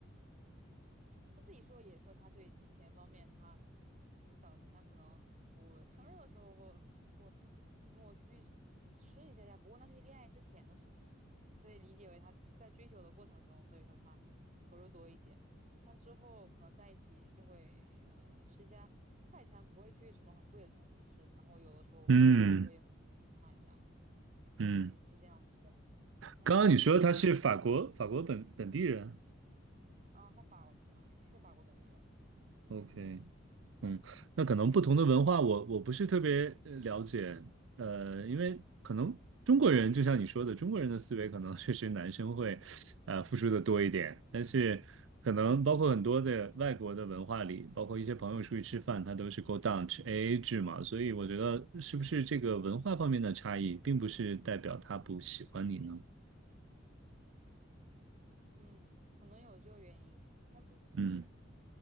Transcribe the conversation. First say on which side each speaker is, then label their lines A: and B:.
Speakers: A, on the right; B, on the right.
A: 他自己说也说他对钱方面他很小心，他可能我生日的时候会会请我出去吃一下下，不过那是恋爱之前的事情了，所以理解为他在追求的过程中，所以说他投入多一些，但之后可能在一起就会呃吃一下快餐，不会去什么很贵的餐厅吃，然后有的时候我也会
B: 嗯
A: 看一下，
B: 嗯。
A: 嗯，是这样的，嗯，
B: 刚刚你说他是法国法国本本地人
A: 平啊，他法国是是法国本地人，
B: ，OK，嗯，那可能不同的文化我，我不是特别呃了解，呃，因为可能中国人就像你说的，中国人的思维可能 <laughs> 确实男生会，呃，付出的多一点，但是可能包括很多的外国的文化里，包括一些朋友出去吃饭，他都是 go down 吃 AA 制嘛，所以我觉得是不是这个文化方面的差异，并不是代表他不喜欢你呢？
A: 嗯，可能有这个原因。那这
B: 嗯